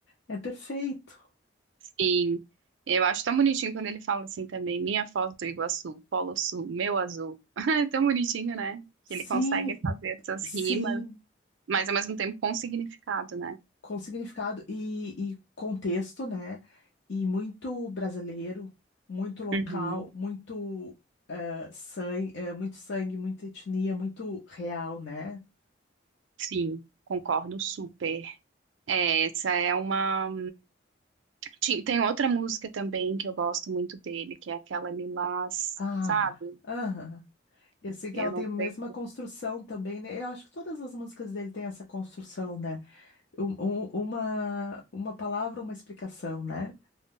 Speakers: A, on the left; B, on the right.
A: É perfeito.
B: sim. Eu acho tão bonitinho quando ele fala assim também, minha foto do Iguaçu, Polo Sul, meu azul. <laughs> É tão bonitinho, né? Que
A: Sim,
B: ele consegue fazer essas
A: sim.
B: rimas, mas ao mesmo tempo com significado, né?
A: com significado e, e contexto, né? E muito brasileiro, muito local,
B: Uhum.
A: muito eh, sangue, eh, muito sangue, muita etnia, muito real, né?
B: Sim, concordo super. É, essa é uma Ti- Tem outra música também que eu gosto muito dele, que é aquela Lilás,
A: Ah,
B: sabe?
A: aham. Eu sei que
B: Eu
A: ela tem
B: não
A: a mesma
B: sei.
A: construção também, né? Eu acho que todas as músicas dele têm essa construção, né? Um- um- uma, uma palavra, uma explicação, né?